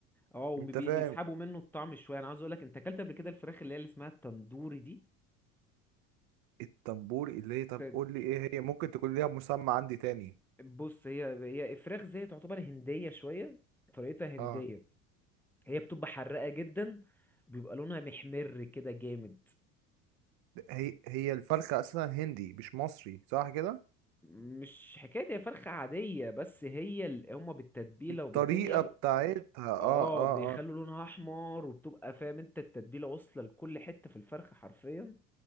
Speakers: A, in the centre; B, on the right.
A: اه وبيسحبوا
B: انت فاهم
A: منه الطعم شويه انا عاوز اقول لك انت اكلت قبل كده الفراخ اللي هي اللي اسمها التندوري دي
B: التنبور اللي هي طب
A: ت-
B: قول لي ايه هي ممكن تكون ليها مسمى عندي تاني
A: بص هي هي الفراخ زي تعتبر هنديه شويه طريقتها هنديه
B: اه
A: هي بتبقى حراقه جدا بيبقى لونها محمر كده جامد
B: هي هي الفرخه اصلا هندي مش مصري صح كده
A: مش حكاية هي فرخة عادية بس هي ال... هما بالتتبيلة
B: الطريقه
A: وبالدنيا ب-
B: بتاعتها اه
A: اه
B: اه
A: بيخلوا
B: اه
A: لونها احمر وبتبقى فاهم انت التتبيلة واصلة لكل حتة في الفرخة حرفيا